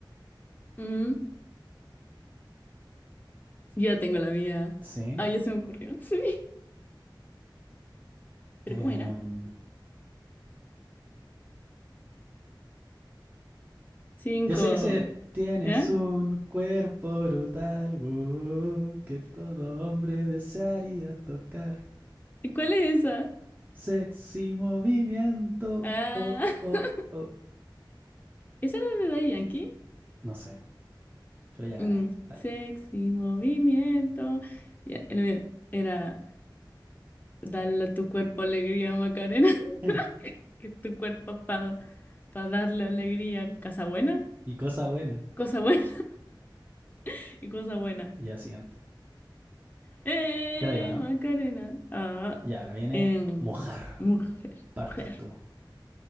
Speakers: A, on the left (about 20°); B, on the right (about 20°).
A: Mm, ya tengo la mía.
B: Sí.
A: Ah, ya se me ocurrió. <laughs> Sí. ¿Pero
B: Em,
A: cómo era? Cinco.
B: ya sé, ya sé. Tienes
A: ¿Ya?
B: un cuerpo brutal uh, que todo hombre desearía tocar.
A: ¿Y cuál es esa?
B: Sexy movimiento.
A: Ah,
B: Oh, oh,
A: <laughs>
B: oh.
A: ¿esa era de Daddy Yankee?
B: No sé, pero ya gané.
A: Mm,
B: Dale.
A: sexy movimiento. Ya, el mío era. Dale a tu cuerpo alegría, Macarena. <laughs>
B: <laughs>
A: Que tu cuerpo para darle alegría. Casa buena,
B: y cosa buena.
A: cosa buena <laughs> y cosa buena.
B: Ya, siguiente.
A: ¡Eh,
B: Ya la digo, ¿no?
A: Macarena! Ah,
B: Y ahora viene
A: em,
B: mojar.
A: mujer,
B: Partes
A: mujer.
B: tú.